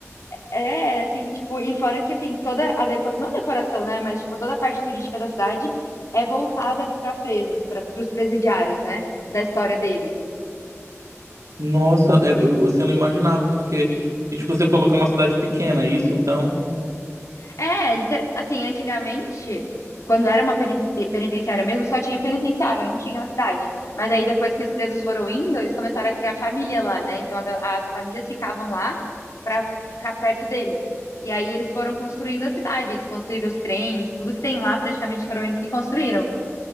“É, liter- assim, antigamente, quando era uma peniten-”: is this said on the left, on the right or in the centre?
Left